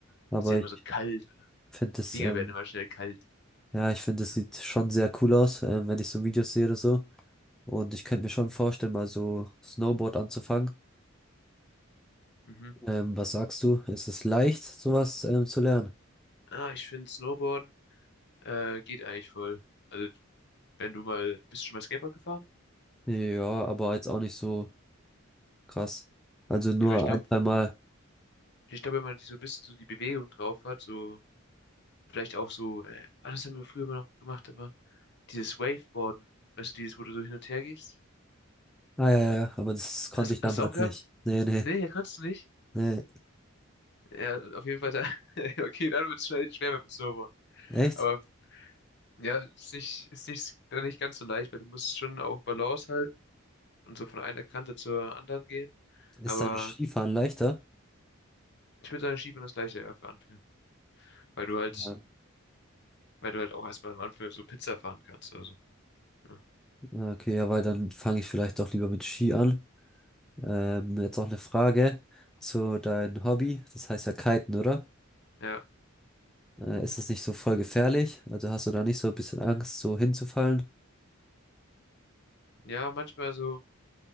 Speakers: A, in the centre; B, on the left.
A: Aber
B: Ist dir immer
A: ich
B: so kalt.
A: finde es,
B: Finger
A: ähm,
B: werden immer schnell kalt.
A: ja, ich finde, es sieht schon sehr cool aus, ähm, wenn ich so Videos sehe oder so. Und ich könnte mir schon vorstellen, mal so Snowboard anzufangen.
B: Mhm.
A: Ähm, was sagst du? Ist es leicht, sowas, ähm, zu lernen?
B: Ah, ich finde Snowboarden äh, geht eigentlich voll. Also, wenn du mal, bist du schon mal Skateboard gefahren?
A: Ja, aber jetzt auch nicht so krass. Also nur
B: Ja, aber ich glaube,
A: ein, zwei Mal.
B: ich glaube, wenn man die so ein bisschen so die Bewegung drauf hat, so vielleicht auch so, äh, ah, das haben wir früher immer noch gemacht, immer dieses Waveboarden. Weißt du, dieses, wo du so hin und her gehst?
A: Ah ja, ja, ja, aber das konnte
B: Hast,
A: ich damals
B: hast du auch gehabt?
A: nicht. Nee, nee,
B: Nee, ja, kannst du nicht.
A: nee.
B: Ja, auf jeden Fall da. <laughs> Okay, dann wird es schnell schwer mit dem Snowboard.
A: Echt?
B: Aber ja, ist nicht, ist nicht, dann nicht ganz so leicht, weil du musst schon auch Balance halten. und so von einer Kante zur anderen gehen.
A: Ist
B: Aber
A: dann Skifahren leichter?
B: ich würde sagen, Skifahren ist leichter, ja, für Anfänger. Weil du halt,
A: Ja.
B: weil du halt auch erstmal am Anfang so Pizza fahren kannst oder so. Ne?
A: Ja, Okay, ja, weil dann fange ich vielleicht doch lieber mit Ski an. Ähm, jetzt noch eine Frage zu deinem Hobby. Das heißt ja Kiten, oder?
B: Ja.
A: Äh, ist das nicht so voll gefährlich? Also hast du da nicht so ein bisschen Angst, so hinzufallen?
B: Ja, manchmal so.